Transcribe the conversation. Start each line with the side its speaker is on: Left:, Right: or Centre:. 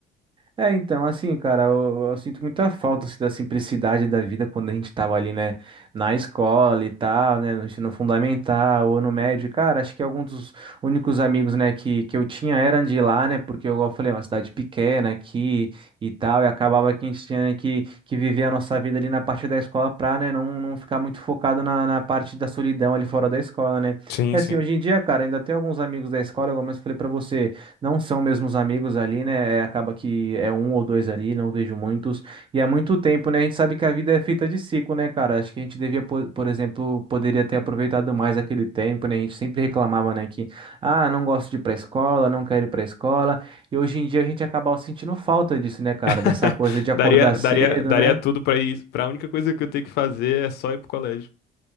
Right: É, então, assim, cara, eu, eu sinto muita falta assim, da simplicidade da vida quando a gente tava ali, né, na escola e tal, né, no ensino fundamental ou no médio. Cara, acho que alguns dos únicos amigos, né, que, que eu tinha eram de lá, né, porque, igual eu falei, é uma cidade pequena aqui e tal, e acabava que a gente tinha que, que viver a nossa vida ali na parte da escola pra, né, não, não ficar muito focado na, na parte da solidão ali fora da escola, né?
Left: Sim,
Right: E assim,
Left: sim.
Right: hoje em dia, cara, ainda tem alguns amigos da escola, igual eu falei pra você. não são mesmo os amigos ali, né? É, acaba que é um ou dois ali, não vejo muitos. E há muito tempo, né? A gente sabe que a vida é feita de ciclo, né, cara? Acho que a gente devia, po- por, exemplo, poderia ter aproveitado mais aquele tempo, né? A gente sempre reclamava, né, que, ah, não gosto de ir pra escola, não quero ir pra escola. E hoje em dia a gente acaba sentindo falta disso, né, cara?
Left: <laughs>
Right: Dessa coisa de acordar
Left: Daria,
Right: cedo,
Left: daria, daria
Right: né?
Left: tudo pra ir. Pra única coisa que eu tenho que fazer é só ir pro colégio.